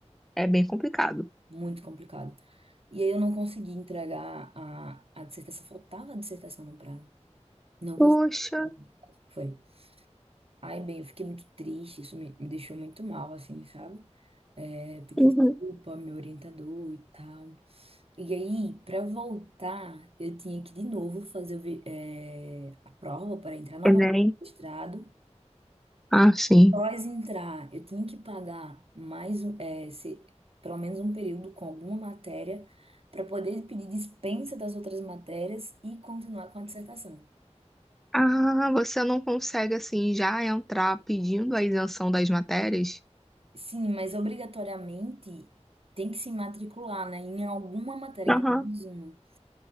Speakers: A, in the centre; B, on the right (about 55°).
A: é bem complicado.
B: muito complicado. E aí eu não consegui entregar a, a dissertação, faltava a dissertação no prazo. Não
A: Poxa,
B: consegui. Foi. Ai, bem, eu fiquei muito triste, isso me, me deixou muito mal, assim, sabe? É, pedi
A: uhum.
B: desculpa ao meu orientador e tal. E aí, pra voltar, eu tinha que de novo fazer o vi- é, a prova para entrar novamente
A: Enem.
B: no mestrado.
A: Ah, sim.
B: Após entrar, eu tinha que pagar mais, um- é, se- pelo menos um período com alguma matéria para poder pedir dispensa das outras matérias e continuar com a dissertação.
A: Ah, você não consegue assim já entrar pedindo a isenção das matérias?
B: Sim, mas obrigatoriamente tem que se matricular, né? Em alguma matéria,
A: Aham.
B: em pelo menos uma.